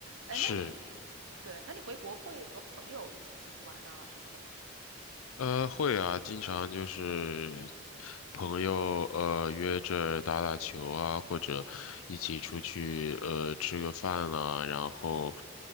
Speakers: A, on the right; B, on the left.
A: 哎，
B: 是。
A: 那你对，那你回国会和朋友一起出去玩啊什么的吗？
B: 呃，会啊，经常就是朋友呃约着打打球啊，或者一起出去呃吃个饭啊，然后